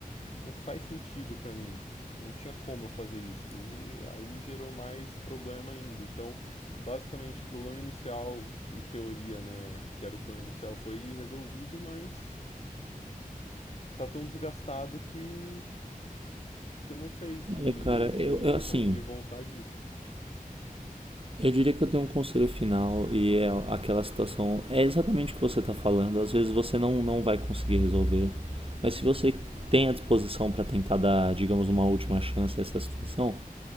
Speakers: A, on the left (about 45°); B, on the right (about 40°).
A: não faz sentido para mim. Não tinha como eu fazer isso. E aí gerou mais problema ainda. Então, basicamente, o problema inicial, em teoria, né, que era o problema inicial, foi resolvido, mas tá tão desgastado que que eu não sei se,
B: Olha, cara,
A: se
B: eu,
A: a gente
B: eu,
A: vai
B: assim,
A: conseguir voltar disso.
B: eu diria que eu tenho um conselho final e é aquela situação, é exatamente o que você está falando. Às vezes você não, não vai conseguir resolver, mas se você tem a disposição para tentar dar, digamos, uma última chance a essa situação,